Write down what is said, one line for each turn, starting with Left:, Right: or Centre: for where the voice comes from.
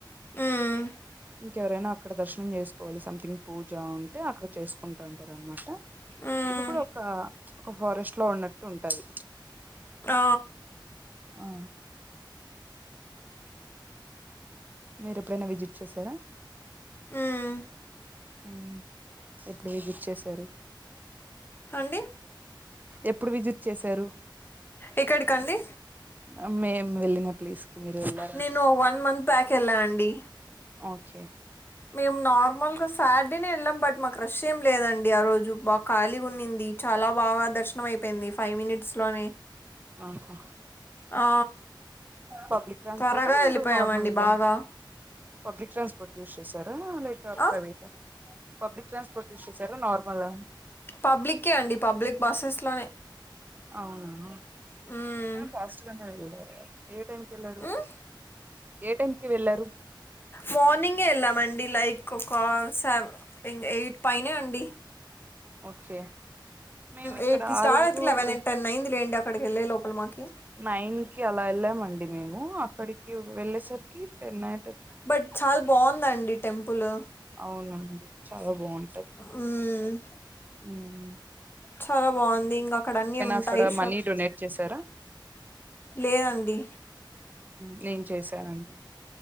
Left: హ్మ్.
Right: ఇంకెవరైనా అక్కడ దర్శనం చేసుకోవాలి సంథింగ్ పూజ ఉంటే అక్కడ చేసుకుంటా ఉంటారనమాట
Left: హ్మ్.
Right: ఇది కూడా ఒక్క ఒక ఫారెస్ట్ లో ఉన్నట్టు ఉంటది
Left: ఆ
Right: ఆ మీరు ఎప్పుడైనా విజిట్ చేసారా
Left: హ్మ్.
Right: ఉమ్ ఎప్పుడు విజట్ చేసారు
Left: అండి
Right: ఎప్పుడు విజిట్ చేశారు
Left: ఎక్కడికండి
Right: ఆ మేం వెళ్ళిన ప్లేస్ కి మీరు వెళ్ళా
Left: నేను వన్ మంత్ బ్యాక్ ఎళ్ళా అండి
Right: ఓకే
Left: మేము నార్మల్గా సాట్డేనే వెళ్ళాం బట్ మాకు రష్ ఏం లేదండి ఆ రోజు బాగా ఖాళీగా ఉన్నింది చాలా బాగా దర్శనం అయిపోయింది ఫైవ్ మినిట్స్ లోనే
Right: ఆహా
Left: ఆ
Right: పబ్లిక్ ట్రాన్స్పోర్ట్
Left: త్వరగా
Right: మీరు
Left: వెళ్ళిపోయామండి
Right: నార్మల్గా
Left: బాగా.
Right: పబ్లిక్ ట్రాన్స్పోర్ట్ యూస్ చేశారా లేకా
Left: ఆ!
Right: ప్రైవేటా పబ్లిక్ ట్రాన్స్పోర్ట్ యూస్ చేసారా నార్మల్ ఆ
Left: పబ్లికే అండి పబ్లిక్ బస్సెస్ లోనే
Right: అవునాను
Left: హ్మ్.
Right: అ ఫాస్ట్గానే వెళ్ళడు ఏ టైంకి వెళ్ళారు
Left: హ్మ్.
Right: ఏ టైం కి వెళ్ళారు
Left: మార్నింగే వెళ్ళామండి లైక్ ఒక సేవ్ ఎయిట్ పైనే అండి
Right: ఓకే మేము ఇక్కడ
Left: ఎయిట్ క స్టార్
Right: ఆ రోజు
Left: అయితే లెవెన్ టెన్ నైన్్ లేండి అక్కడికి వెళ్ళే లోపల మాకి
Right: నైన్ కి అలా వెళ్ళాము అండి మేము అక్కడికి వెళ్ళేసరికి టెనై
Left: బట్ చాలా బాగుందండి టెంపుల్
Right: అవునండి చాలా బాగుంటది
Left: మ్
Right: మ్
Left: చాలా బాగుంది ఇంగ అక్కడ అన్నిీ ఉంటాయిషప్
Right: అక్కడ మనీ డొనేట్ చేశారా
Left: లేదండి
Right: డ్లిన్ చేశానండి